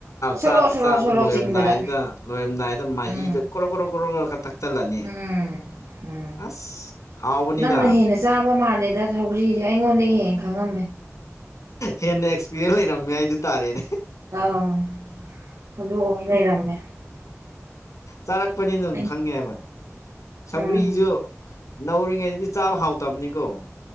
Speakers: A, on the right; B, on the left.
A: ꯁꯣꯔꯣ
B: ꯆꯥꯛ
A: ꯁꯣꯔꯣ
B: ꯆꯥꯕ
A: ꯁꯣꯔꯣ
B: ꯂꯣꯏꯔꯝꯗꯥꯏꯗꯨꯗ
A: ꯆꯤꯡꯕꯗ
B: ꯂꯣꯏꯔꯝꯗꯥꯏꯗ ꯃꯍꯤꯗ
A: ꯎꯝ
B: ꯀ꯭ꯔꯣ ꯀ꯭ꯔꯣ ꯀꯣ ꯀ ꯈ ꯊꯛꯆꯜꯂꯅꯤ
A: ꯎꯝ ꯎꯝ
B: ꯑꯁ ꯍꯥꯎꯕꯅꯤꯗ
A: ꯅꯪꯅ ꯍꯦꯟꯅ ꯆꯥꯕ ꯃꯥꯜꯂꯦꯗ ꯊꯧꯒ꯭ꯔꯤꯁꯦ ꯑꯩꯉꯣꯟꯗꯒꯤ ꯍꯦꯟ ꯈꯪꯉꯝꯃꯦ
B: ꯍꯦꯟꯅ ꯑꯦꯛꯁꯄꯤꯔꯤꯌꯦꯟꯁ ꯂꯩꯔꯝꯃꯦ ꯍꯥꯏꯗꯨ ꯇꯥꯔꯦꯅꯦ
A: ꯑꯥꯎ ꯑꯗꯨ ꯑꯣꯃꯤ ꯂꯩꯔꯝꯃꯦ
B: ꯆꯥꯔꯛꯄꯅꯤꯅ ꯑꯗꯨꯝ
A: ꯑꯩꯅ
B: ꯈꯪꯉꯦꯕ ꯁꯧꯒ꯭ꯔꯤꯖꯨ
A: ꯎꯝ
B: ꯅꯧꯔꯤꯉꯩꯗꯗꯤ ꯆꯥꯕ ꯍꯥꯎꯇꯕꯅꯤꯀꯣ